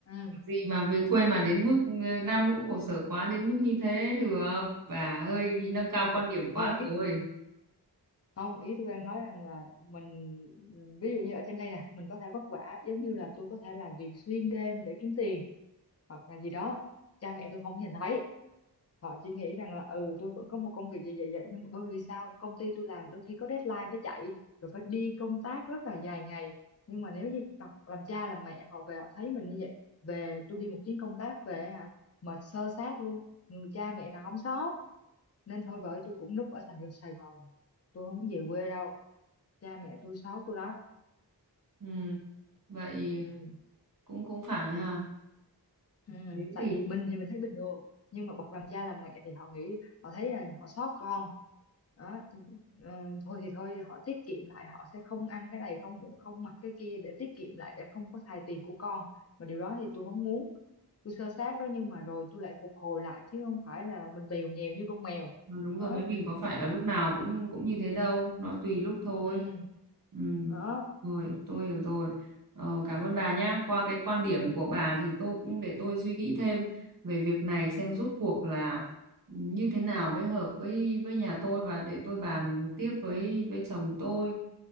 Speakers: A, on the left; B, on the right.
A: ừ.
B: gì mà về quê mà đến mức ờ, lam lũ khổ sở quá đến mức như thế được bà hơi bị nâng cao
A: Yeah.
B: quan điểm quá
A: không ít
B: rồi
A: không ý tôi đang nói rằng là mình ví dụ như ở trên đây nè mình có thể vất vả giống như là tôi có thể làm việc xuyên đêm để kiếm tiền hoặc là gì đó cha mẹ tôi không nhìn thấy họ chỉ nghĩ rằng là ừ tôi vẫn có một công việc vậy vậy vậy nhưng mà bởi vì sao công ty tôi làm đôi khi có deadline phải chạy rồi phải đi công tác rất là dài ngày nhưng mà nếu như bạn- làm cha làm mẹ họ về họ thấy mình như vậy về tôi đi một chuyến công tác về hả mệt sơ sát luôn Ừ, cha mẹ nào không sót nên thôi bởi tôi cũng núp ở thành phố Sài Gòn tôi không có về quê đâu cha mẹ tôi sót tôi đó
B: ừ, vậy
A: ừ
B: cũng cũng phải ha
A: Ừ,
B: thế
A: tại
B: thì
A: vì mình thì mình thấy bình thường nhưng mà bậc làm cha làm mẹ thì họ nghĩ họ thấy là họ xót con đó ừ, thôi thì thôi họ tiết kiệm lại họ sẽ không ăn cái này không không mặc cái kia để tiết kiệm lại để không có xài tiền của con mà điều đó thì tôi không muốn tôi sơ sát đó nhưng mà rồi tôi lại phục hồi lại chứ không phải là mình bèo nhèo như con mèo
B: Ờ, đúng
A: đó
B: rồi mấy mình có phải là lúc nào cũng cũng như thế đâu nó tùy lúc thôi
A: ừ,
B: ừ.
A: đó
B: rồi tôi hiểu rồi ờ, cảm ơn bà nhá qua cái quan điểm của bà thì tôi cũng để tôi suy nghĩ thêm về việc này xem rốt cuộc là như thế nào mới hợp với với nhà tôi và để tôi bàn tiếp với với chồng tôi